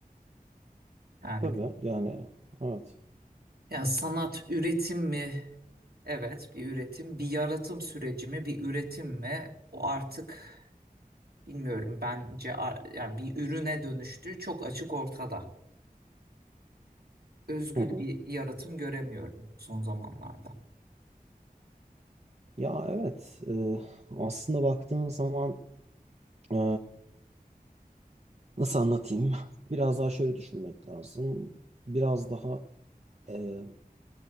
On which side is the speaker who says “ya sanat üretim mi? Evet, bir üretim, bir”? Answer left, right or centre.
Right